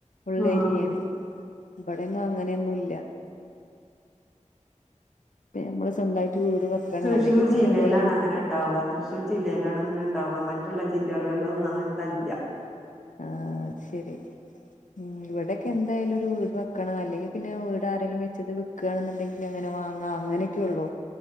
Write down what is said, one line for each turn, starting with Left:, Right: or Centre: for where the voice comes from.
Left: ഉള്ളേരിയയാണ്
Centre: ആഹ്
Left: ഇബടെന്നും അങ്ങനെയൊന്നും ഇല്ല ഇപ്പ നമ്മള് സ്വന്തായിട്ട് വീട് വെക്കണം
Centre: തൃശ്ശൂർ
Left: അല്ലെങ്കി പിന്നെ
Centre: ജില്ലയിലാണ്
Left: എവിടേലും
Centre: അങ്ങനെ ഇണ്ടാവ തൃശ്ശൂർ ജില്ലയിലാണ് അങ്ങനെ ഇണ്ടാവ മറ്റ്ള്ള ജില്ലകളിലൊന്നു അങ്ങൻത്തത് ഇല്ല
Left: ആഹ് ശരി ഉം ഇവിടെക്കെ എന്തായാലും ഒരു വീട് വെ ക്കണം അല്ലെങ്കി പിന്നെ വീട് ആരേലും വെച്ചത് വിക്കാണ്ന്ന്ണ്ടെങ്കില് അങ്ങനെ വാങ്ങാ അങ്ങനെയൊക്കൊള്ളൂ